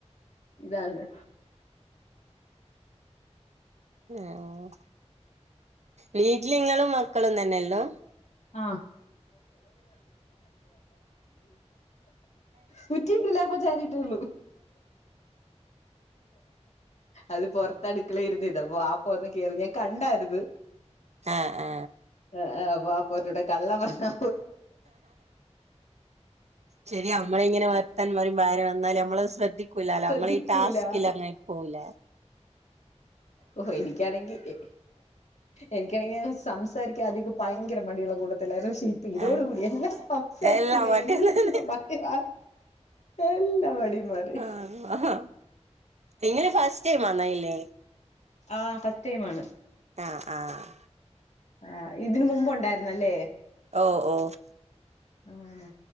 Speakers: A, on the left (about 75°); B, on the right (about 70°).
A: ഇതാണ്
B: ആഹ് വീട്ടിലിങ്ങളും മക്കളും തന്നെയള്ളോ
A: <unintelligible> കുറ്റി ഇട്ടില്ല വാപ്പാ ചാരി ഇട്ടെ ഒള്ളു അത് പൊറത്ത് അടുക്കളെ ഇരുന്നെത് അപ്പൊ വാപ്പ വന്ന് കേറിന്ന ഞാൻ കണ്ടാരിന്ന്
B: ആഹ് ആഹ്
A: ആഹ് ആഹ് വാപ്പാനോട് കള്ളം പറ
B: ശരിയ നമ്മള് ഇങ്ങനെ ത്താനം പറയുംമ്പോ ആര് വന്നാലും നമ്മളത് ശ്രദ്ധിക്കൂലല്ലോ
A: ശ്രദ്ധിക്കൂല
B: നമ്മള ഈ ടാസ്കിൽ അങ്ങനെ ആയി പോല
A: ഓ എനിക്കാണെങ്കി എ എനിക്കാണെക്കി സംസാരിക്കാധികം ഭയങ്കര മടിയുള്ള കൂട്ടത്തിലാരുന്ന് പക്ഷെ ഇ ഇതോട്
B: ആഹ്
A: കൂടി എല്ലാ സംസാരിക്കിന്നെ
B: എല്ലാ വണ്ടിന്നെ
A: ഏല്ലാം മറ്റേ വ എല്ല മടിമാറി
B: ആഹ് ആഹ് നിങ്ങള് ഫസ്റ്റ് ടൈം ആണോ ഇതില്
A: ആഹ് ഫറ്റ്ടൈമാണ്
B: ആഹ് ആഹ്
A: ആഹ് ഇതിന് മുമ്പ് ഉണ്ടായിരുന്നല്ലേ
B: ഓഹ് ഓഹ്
A: ആഹ്